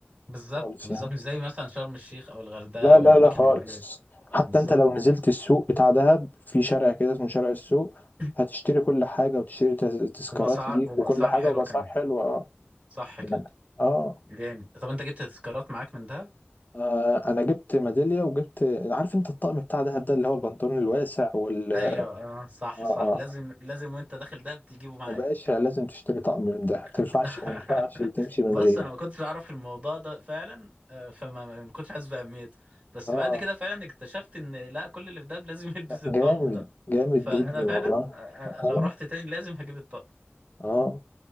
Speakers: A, on the right; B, on the left.
A: بالظبط
B: خالص
A: بالظبط
B: يعني
A: مش زي مثلا شرم الشيخ أو الغردقة
B: لا
A: أو
B: لا
A: الأماكن
B: لا خالص
A: الغالية
B: حتى
A: بالظبط
B: انت لو نزلت السوق بتاع دهب في شارع كده اسمه شارع السوق
A: <laughs>
B: هتشتري كل حاجة وتشتري تز- تذكارات
A: وبأسعار
B: ليك
A: وبأسعار
B: وكل حاجة
A: حلوة
B: وبأسعار
A: كمان
B: حلوة اه
A: صح
B: يعني
A: كده
B: اه
A: جامد طب أنت جبت تذكارات معاك من دهب؟
B: آه، انا جبت ميدالية وجبت عارف انت الطقم بتاع دهب ده اللي هو البنطلون الواسع وال اه
A: ايوه اه صح
B: اه
A: صح لازم لازم وانت داخل دهب تجيبه معاك
B: يا باشا لازم تشتري طقم من ده ما
A: <laughs>
B: تنفعش ما ينفعش تمشي من
A: بص
B: غيره
A: انا ما كنتش اعرف الموضوع ده فعلا آه، فما ما ما كنتش حاسس باهميته بس
B: اه
A: بعد كده فعلا اكتشفت ان لا كل اللي في دهب لازم <laughs> يلبس الطقم
B: جامد
A: ده
B: جامد
A: فانا
B: جدا
A: فعلا
B: والله
A: آه، آه،
B: اه
A: لو رحت تاني لازم هجيب الطقم
B: اه